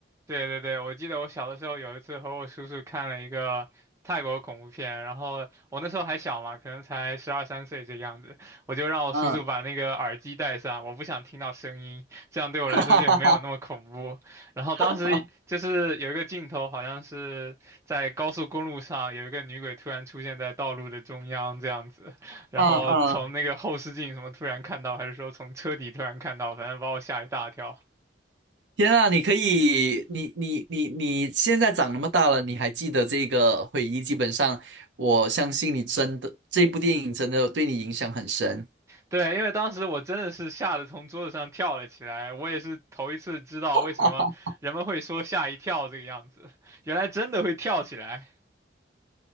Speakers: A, on the right; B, on the right.
A: 对对对，我记得我小的时候有一次和我叔叔看了一个泰国恐怖片，然后我那时候还小嘛，可能才十二三岁这个样子，我就让我叔叔把那个耳机戴上，
B: 嗯，
A: 我不想听到声音，这样对我来说就没有那么恐怖。
B: <laughs> 哈哈哈
A: 然后当时就是有一个镜头，
B: 哈，
A: 好像是在高速公路上有一个女鬼突然出现在道路的中央这样子，然后从那个后视镜什么突然看到，
B: 嗯嗯，
A: 还是说从车底突然看到，反正把我吓一大跳。
B: 天啊，你可以，你你你你现在长那么大了，你还记得这个回忆，基本上我相信你真的这部电影真的对你影响很深。
A: 对，因为当时我真的是吓得从桌子上跳了起来，我也是头一次知道为什么人们会说吓一跳这个样子，
B: <laughs>
A: 原来真的会跳起来，